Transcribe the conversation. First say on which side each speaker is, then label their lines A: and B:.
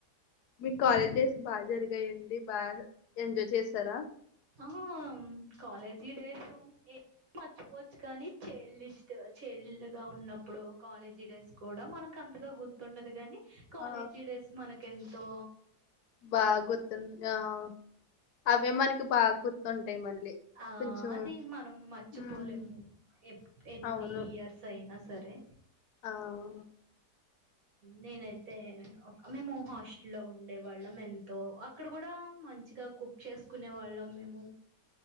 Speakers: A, on the left; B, on the right.
A: మీకు కాలేజ్ డేస్ బాగా జరిగాయండి బాగా ఎంజాయ్ చేస్తారా
B: ఆ కాలేజీ డేస్ మర్చిపోవచ్చు కానీ చైల్డ్ ఇస్ట్ చైల్డ్ గా ఉన్నప్పుడు కాలేజ్ డేస్ కూడా మనకు అంతగా గుర్తుండదు కగానీ కాలేజీ
A: ఆ
B: డేస్ మనకి ఎంతో
A: బాగా గుర్తున్నా ఆ అవే మనకి బాగా గుర్తుంటాయి మళ్ళీ
B: ఆ
A: కొంచెం
B: అది మనం మర్చిపోలేము
A: ఉమ్
B: ఎప్ణ ఎన్ని
A: అవును
B: ఇయర్స్ అయినా సరే
A: ఆ
B: నేనైతే మేము హాస్టల్ లో ఉండే వాళ్ళం ఎంతో అక్కడ కూడా మంచిగా కుక్ చేసుకునే వాళ్ళం మేము